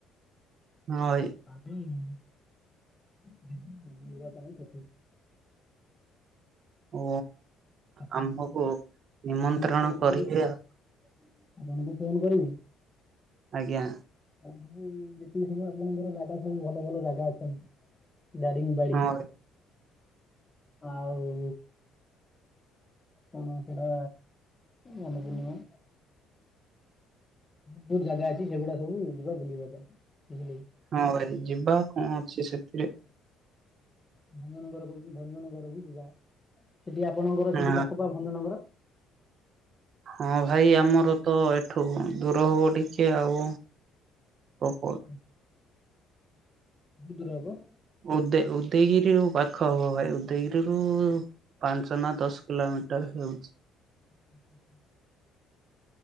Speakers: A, on the right; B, on the left.
A: ହଁ ଭାଇ
B: <unintelligible> <unintelligible> ବୁଲିବା ପାଇଁ ସେଠି।
A: ଓ
B: ଆପଣଙ୍କୁ
A: ଆମ୍ଭକୁ ନିମନ୍ତ୍ରଣ
B: ଆପଣଙ୍କୁ ଫୋନ
A: କରିବେ
B: କରିବୁ।
A: ଆଉ
B: ଆପଣଙ୍କୁ ଫୋନ କରିବୁ।
A: ଆଜ୍ଞା।
B: ଆଉ ଯେତିକି ସବୁ ଆପଣଙ୍କର ଜାଗା ସବୁ ଭଲ ଭଲ ଜାଗା ଅଛନ୍ତି। ଦାରିଙ୍ଗ୍ ବାଡି,
A: ହଁ ଭାଇ।
B: ଆଉ କଣ ସେଟା ମନେ ପଡୁନି ମ ବହୁତ ଜାଗା ଅଛି ସେଗୁଡା ସବୁ ଯିବା ବୁଲିବା ପାଇଁ। ବୁଝିଲେ କି।
A: ହଁ ଭାଇ ଯିବା କଣ ଅଛି ସେଥିରେ।
B: ଭଞ୍ଜନଗର ଭଞ୍ଜନଗର ବି ଯ ଯାଅ, ସେଠି ଆପଣଙ୍କର
A: ହଁ
B: ସେଠି ପାଖକୁ ଭଞ୍ଜନଗର।
A: ହଁ ଭାଇ ଆମର ତ ଏଠୁ ଦୂର ହବ ଟିକେ ଆଉ। ପ୍ରପର୍
B: ଅ ହ। ବହୁ ଦୂର ହବ?
A: ଉଦ ଉଦୟଗିରିରୁ ପାଖ ହବ ଭାଇ ଉଦୟଗିରିରୁ ପାଞ୍ଚ ନା ଦଶ କିଲୋମିଟର ହେଉଚି।
B: ହ ହଁ ହୁଁ।